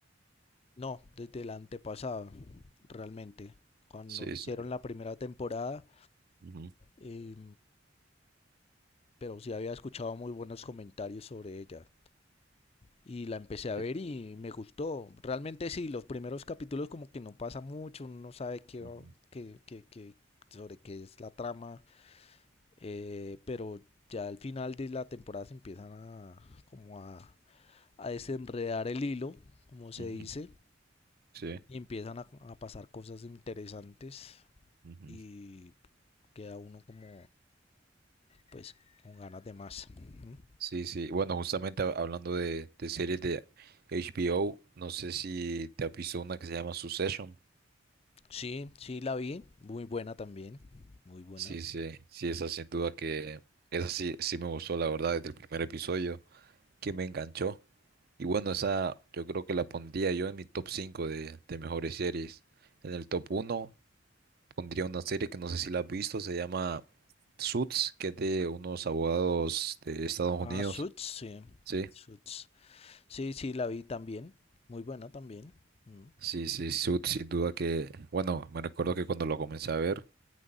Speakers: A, on the left; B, on the right.
A: no, desde el antepasado, realmente. Cuando
B: Sí,
A: hicieron
B: sí,
A: la primera temporada,
B: ujú,
A: eh, pero sí había escuchado muy buenos comentarios sobre ella. Y la empecé a
B: sí,
A: ver y me gustó. Realmente sí, los primeros capítulos como que no pasa mucho, uno no sabe qué,
B: ujú,
A: va- qué- qué- qué- sobre qué es la trama, eh, pero ya al final de la temporada se empiezan a como a, a desenredar el hilo, como se
B: ujú,
A: dice,
B: sí,
A: y empiezan a, a pasar cosas interesantes
B: ujú.
A: y queda uno como pues con ganas de más. Ujú.
B: sí. sí. Bueno, justamente hab- hablando de, de series de HBO, no sé si te has visto una que se llama Succession.
A: Sí, sí, la vi. Muy buena también. Muy buena.
B: Sí, sí, sí, esa sin duda que esa sí, sí me gustó, la verdad, desde el primer episodio, que me enganchó. Y bueno, esa yo creo que la pondría yo en mi top 5 de, de mejores series. En el top uno pondría una serie que no sé si la has visto, se llama Suits, que es de unos abogados de Estados
A: Ah,
B: Unidos.
A: Suits, sí.
B: Sí,
A: Suits. Sí, sí, la vi también. Muy buena también. Mm.
B: sí, sí, Suits sin duda que, bueno, me recuerdo que cuando lo comencé a ver,